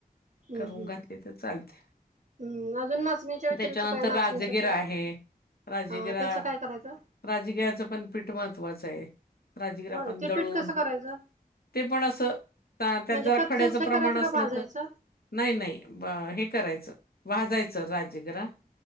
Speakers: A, on the right; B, on the left.
A: हम्म
B: करून
A: हम्म
B: घातली तर चालते
A: हम्म अजून नाचणीच्या व्यतिरिक्त
B: त्याच्यानंतर
A: काय
B: राजगिरा
A: नाचणी सत्व
B: आहे राजगिरा
A: हा त्याचं काय करायचं
B: राजगिराचं पण पीठ महत्वाचं आहे राजगिर
A: होय
B: पण
A: ते
B: दळून
A: पीठ कसं करायचं
B: ते पण असं त्यात
A: म्हणजे
B: जरा
A: कच्चच
B: खड्याचं
A: हे
B: प्रमाण
A: करायचं
B: असलं
A: का भाजायचं
B: तर नाही नाही हे करायचं वाजायचं राजीगरा